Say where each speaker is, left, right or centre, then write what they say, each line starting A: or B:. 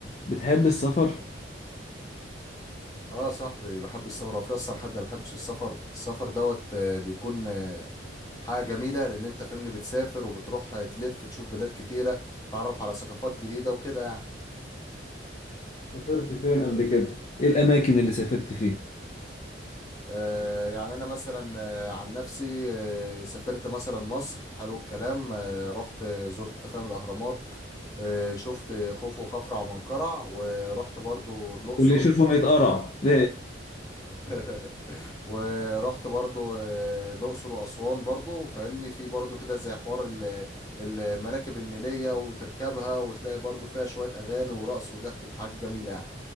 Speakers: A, on the left; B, on the left.
A: بتحب السفر؟
B: اه صاحبي بحب السفر وفي اصلا حد ما بيحبش السفر السفر دوت آه، بيكون آه، حاجه جميله لان انت فاهمني بتسافر وبتروح آه، تلف تشوف بلاد كتيره تعرف على ثقافات جديده وكده يعني
A: سافرت فين قبل كده؟ إيه الأماكن اللي سافرت فيها؟
B: آه، يعني انا مثلا آه، عن نفسي آه، سافرت مثلا مصر حلو الكلام آه، رحت آه، زرت تفاهم الاهرامات آه، شفت خوفو وخفرع ومنقرع ورحت برضو الاقصر
A: واللي يشوفهم يتقرع <laughs>
B: <laughs> ورحت برضو آه، الأقصر وأسوان برضو فاهمني في برضو كده زي حوار ال- المراكب النيلية وتركبها وتلاقي برضو فيها شوية أغاني ورقص وضحك وحاجات جميلة يعني